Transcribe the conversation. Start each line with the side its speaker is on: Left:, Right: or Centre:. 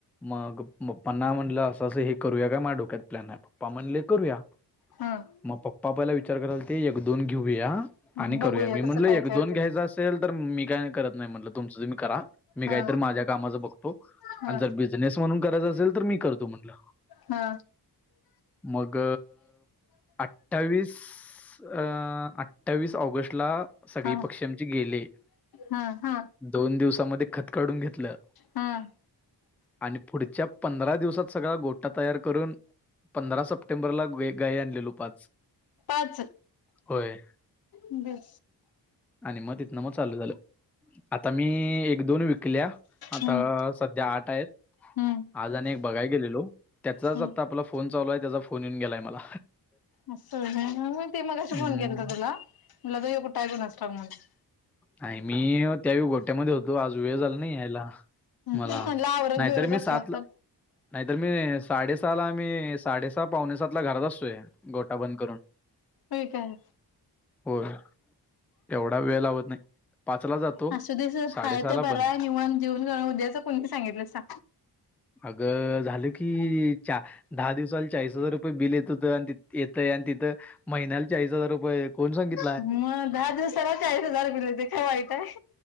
Centre: मग पप्पांना म्हटलं असं असं हे करूया काय? माझ्या डोक्यात प्लॅन आहे. पप्पा म्हणले करूया.
Left: हा
Centre: मग पप्पा पहिला विचार करालते - एक दोन घेऊया
Left: बघूया
Centre: आणि करूया मी म्हटलं
Left: कसं काय
Centre: एक
Left: काय
Centre: दोन
Left: होते
Centre: घ्यायचां असं ल तर मी काय नाही करत नाही म्हटलं तुमचं तुम्ही करा. मी काहीतर
Left: हा
Centre: माझ्या कामाच बघतो
Left: हा
Centre: आणि जर बिझनेस म्हणून करायच असेल तर मी करतो म्हटलं.
Left: हा
Centre: मग अठ्ठावीस अ अठ्ठावीस ऑगस्ट ला सगळी
Left: हा
Centre: पक्षी आमचे गेले.
Left: हा हा
Centre: दोन दिवसामध्ये खत काढून घेतलं.
Left: हां
Centre: आणि पुढच्या पंधरा दिवसात सगळा गोटा तयार करून पंधरा सप्टेंबरला गोय गाय आणलेलो पाच.
Left: पाच
Centre: होय
Left: बरं
Centre: आणि मग तिथनं मग चालू झालं. आता मी एक दोन विकल्या.
Left: हम्म
Centre: अ सध्या आठ आहेत.
Left: हम्म
Centre: आज आणि एक बघाय गेलेलो त्याचाच
Left: हम्म
Centre: आता आपला फोन चालू आहे त्याचा फोन येऊन गेलाय मला.
Left: अस होय नाही मग ते मगाशी
Centre: हम्म.
Left: फोन केलता तुला म्हणलं ते ह्यो कुठाय कुणास ठाऊक म्हणलं
Centre: नाही मी त्यावेळी गोट्यामध्ये होतो आज वेळ झाला नाही यायला. मला.
Left: तेच म्हणलं आवरत
Centre: नाहीतर
Left: बिवरत
Centre: मी
Left: असलास
Centre: सात ला
Left: तर
Centre: नाहीतर मी साडेसहा ला मी साडेसहा पावणेसात ला घरात असतोय. गोठा बंद करून.
Left: होय काय?
Centre: होय एवढा वेळ लावत नाही. पाचला जातो
Left: असु दे सोर
Centre: साडेसहाला
Left: हाय ते बराय
Centre: बंद
Left: निवांत जीऊन खऊन उद्याच कोण बी सांगितलं सा
Centre: अग झालं की चा दहा दिवसाला चाळीस हजार रुपये बिल येत होतं आणि येतंय आणि तिथं. महिन्याला चाळीस हजार रुपये कोण सांगि''--''
Left: मग दहा दिवसाला चाळीस हजार मिळवतोय काय वाईट आहे.